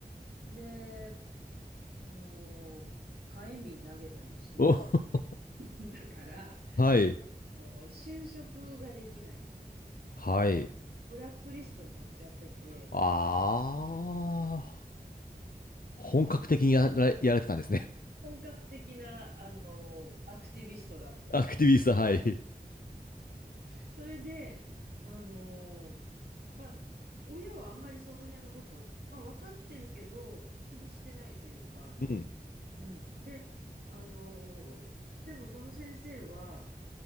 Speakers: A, on the right; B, on the left.
A: で、その、火炎瓶投げたりしてた
B: お、<laughs>
A: <laughs> んだから、
B: はい。
A: 就職ができないと。
B: はい。
A: ブラックリストに載っちゃってて、
B: ああ、本格的にやら、やられてたんですね。
A: 本格的な、あの、アクティビストだった人。
B: <laughs> アクティビスト、はい。
A: それで、あの、まあ、親はあんまりその辺のこと、まあ、分かってるけど、気にしてないというか、
B: うん。
A: うん。で、あの、でもその先生は、